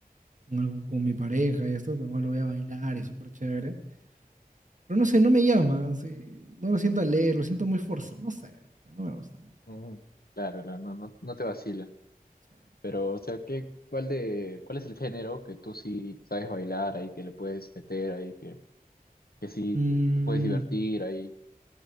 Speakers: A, on the right; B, on the left.
A: Con, algo- con mi pareja y esto, normal lo voy a bailar y es súper chévere. Pero no sé, no me llama, así, no lo siento al leer, lo siento muy forzado, no sé, no me gusta, no,
B: Ujú. Claro, la- no, no, no te vacila.
A: sé.
B: Pero, o sea, ¿qué, cuál de, cuál es el género que tú sí sabes bailar ahí, que le puedes meter ahí, que, que sí
A: Mm,
B: te, te puedes divertir ahí?